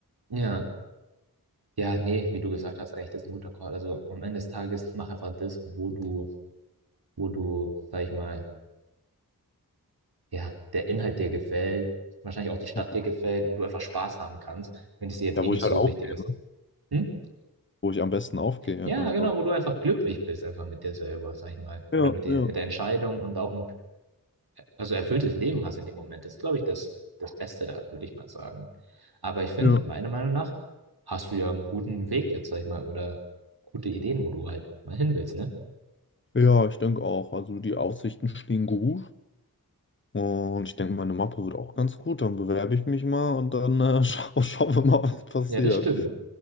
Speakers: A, on the right; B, on the left.
A: Ja, ja, nee, wie du gesagt hast, eigentlich, das ist ein guter Call. Also am Ende des Tages mach einfach das, wo du, wo du, sag ich mal, ja, der Inhalt dir gefällt, wahrscheinlich auch die Stadt
B: Ja,
A: dir gefällt und du einfach Spaß haben kannst, wenn es dir jetzt
B: ja,
A: eh
B: wo
A: nicht
B: ich
A: so
B: halt aufgehe,
A: wichtig ist.
B: ne?
A: Hm?
B: Wo ich am besten aufgehe,
A: Ja,
B: einfach.
A: genau, wo du einfach glücklich bist, einfach mit dir selber, sag ich mal. Oder
B: Ja,
A: mit der,
B: ja,
A: mit der Entscheidung und auch also erfülltes Leben hast in dem Moment, ist, glaube ich, das, das Beste da, würde ich mal sagen. Aber ich finde,
B: ja.
A: meiner Meinung nach, hast du ja einen guten Weg jetzt, sag ich mal, oder gute Ideen, wo du halt mal hin willst, ne?
B: Ja, ich denke auch. Also die Aussichten stehen gut. Und ich denke, meine Mappe wird auch ganz gut. Dann bewerbe ich mich mal und dann äh, <laughs> schau, schauen wir mal, was passiert.
A: Ja, das stimmt.